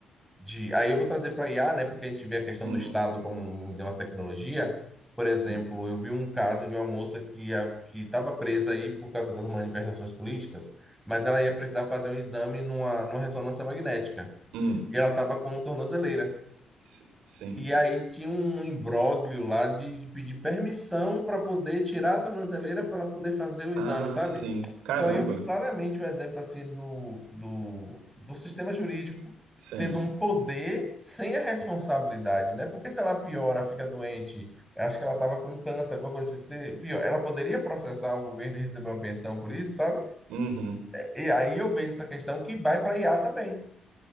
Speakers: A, in the centre; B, on the right.
A: de. Aí eu vou trazer para IA, né? Porque a gente vê a questão
B: Uhum,
A: do Estado como, vamos dizer, uma tecnologia. Por exemplo,
B: sim.
A: eu vi um caso de uma moça que a- que estava presa aí por causa das manifestações políticas, mas ela ia precisar fazer um exame numa, numa ressonância magnética.
B: Hum,
A: E ela estava com tornozeleira.
B: s- sim.
A: E aí tinha um imbróglio lá de, de pedir permissão para poder tirar a tornozeleira para poder fazer o
B: Ah,
A: exame, sabe?
B: sim. Caramba.
A: Então aí eu vi claramente um exemplo assim do, do, do sistema jurídico
B: Sim.
A: tendo um poder sem a responsabilidade, né? Porque se ela piora, fica doente, acho que ela estava com câncer, alguma coisa assim, se pior, ela poderia processar o governo e receber uma pensão por isso, sabe?
B: Uhum.
A: E aí eu vejo essa questão que vai para IA também.